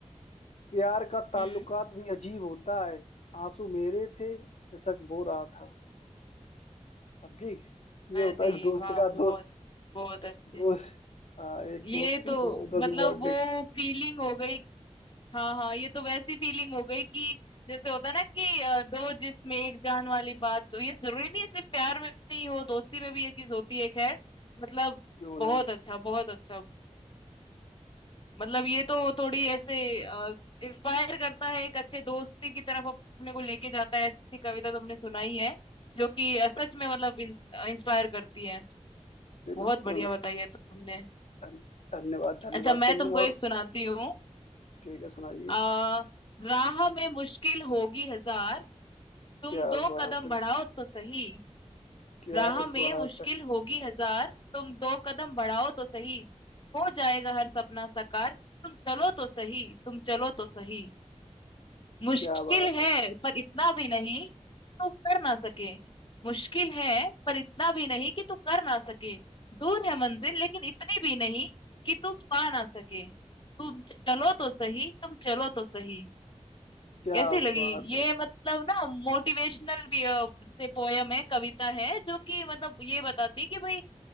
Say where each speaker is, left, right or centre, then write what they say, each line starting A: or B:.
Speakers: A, on the left; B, on the left.
A: प्यार का ताल्लुकात
B: हम्म
A: भी अजीब होता है आंसू मेरे थे सिसक वो रहा था समझी ये
B: अरे
A: होता है एक दोस्त
B: वाह
A: का
B: बहुत
A: दोस्त
B: बहुत अच्छे
A: दोस्त आ, एक
B: ये
A: दोस्त है,
B: तो
A: दूसरे दोस्त
B: मतलब
A: की बॉन्डिंग
B: वो फीलिंग हो गई हाँ हाँ ये तो वैसी फीलिंग हो गई कि जैसे होता है ना कि अ, दो जिसमें एक जान वाली बात तो ये जरूरी नहीं है सिर्फ प्यार में ही हो दोस्ती में भी ये चीज होती है खैर मतलब
A: क्यों
B: बहुत
A: नहीं
B: अच्छा बहुत अच्छा मतलब ये तो थोड़ी ऐसे इंस्पायर करता है एक अच्छे दोस्ती की तरफ अपने को लेके जाता है ऐसी कविता तुमने सुनाई है जो कि अ, सच में मतलब इंस्पायर करती है
A: बिल्कुल
B: बहुत बढ़िया बताई है तुमने
A: धन, धन्यवाद धन्यवाद
B: अच्छा मैं
A: तुमने
B: तुमको
A: और
B: एक सुनाती हूँ
A: ठीक है सुनाइए
B: अ, राह में मुश्किल होगी हजार तुम
A: क्या
B: दो
A: बात
B: कदम
A: है
B: बढ़ाओ तो सही
A: क्या
B: राह में
A: बात
B: मुश्किल
A: है
B: होगी हजार तुम दो कदम बढ़ाओ तो सही हो जाएगा हर सपना साकार तुम चलो तो सही तुम चलो तो सही मुश्किल
A: क्या बात
B: है
A: है
B: पर इतना भी नहीं तू कर ना सके मुश्किल है पर इतना भी नहीं कि तू कर ना सके दूर है मंजिल लेकिन इतनी भी नहीं कि तू पा ना सके तुम चलो तो सही तुम चलो तो सही
A: क्या
B: कैसी लगी
A: बात
B: ये
A: है
B: मतलब ना मोटिवेशनल भी अ, जैसे पोयम है कविता है जो कि मतलब ये बताती है कि भाई